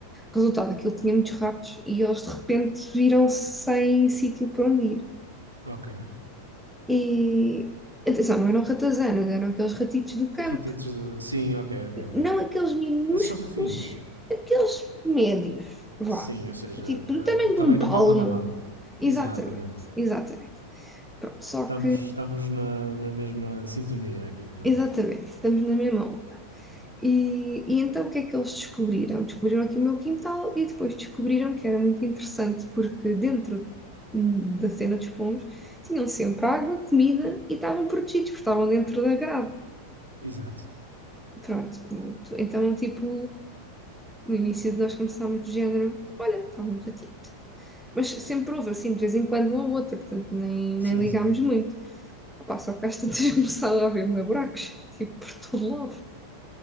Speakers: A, in the centre; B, on the right (about 85°).
A: Resultado, aquilo tinha muitos ratos e eles de repente viram-se sem sítio para onde ir.
B: ok.
A: E atenção, não eram ratazanas, eram aqueles ratitos do campo,
B: Ratitos de. Sim, ok, ok, ok.
A: não aqueles minúsculos,
B: Esses são fofinhos.
A: aqueles médios, vá,
B: Sim, ou seja,
A: tipo
B: da-
A: do tamanho
B: do tamanho
A: de um
B: da
A: palmo.
B: palma da mão.
A: Exatamente,
B: Exatamente.
A: exatamente. Pronto, só
B: Estamos,
A: que,
B: estamos na, na mesma sintonia aqui, estamos.
A: exatamente, estamos na mesma onda. E, e então o que é que eles descobriram? Descobriram aqui o meu quintal e depois descobriram que era muito interessante porque dentro da cena dos pombos tinham sempre água, comida e estavam protegidos porque estavam dentro da grade.
B: Exato.
A: Pronto, muito. Então, tipo, no início nós começámos do género, olha, está um ratito. Mas sempre houve, assim, de vez em quando, um ou outro, portanto, nem,
B: Sim,
A: nem ligámos
B: sim.
A: muito. Opa, só que às tantas começaram <laughs> a haver buracos, tipo, por todo lado.